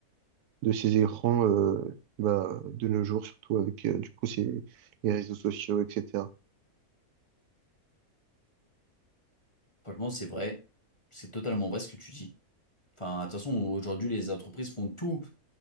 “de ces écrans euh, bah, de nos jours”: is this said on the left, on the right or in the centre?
Right